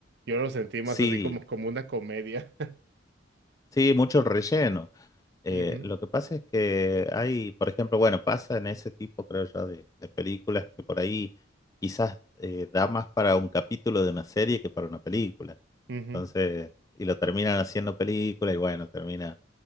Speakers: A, on the right; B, on the left.
A: yo lo sentí más
B: Sí,
A: así como, como una comedia.
B: sí, mucho relleno. Eh,
A: Ujú,
B: lo que pasa es que hay, por ejemplo, bueno, pasa en ese tipo, creo yo, de, de películas que por ahí quizás eh, da más para un capítulo de una serie que para una película.
A: ujú,
B: Entonces, y lo terminan haciendo película y bueno, termina.